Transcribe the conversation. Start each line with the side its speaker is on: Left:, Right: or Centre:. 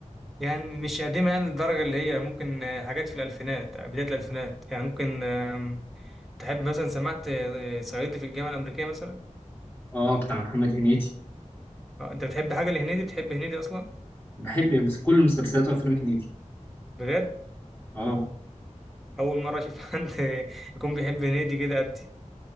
Centre: يعني مش قديمه يعني للدرجه اللي هي ممكن آه، حاجات في الالفينات آه، بدايه الالفينات يعني ممكن آم، تحب مثلا سمعت آه، صعيدي في الجامعه الامريكيه مثلا
Left: اه بتاع محمد هنيدي
Centre: آه، انت بتحب حاجه لهنيدي بتحب هنيدي اصلا
Left: بحب مس- كل مسلسلات وأفلام هنيدي
Centre: بجد
Left: اه
Centre: اول مره اشوف <laughs> حد يكون بيحب هنيدي كده قدي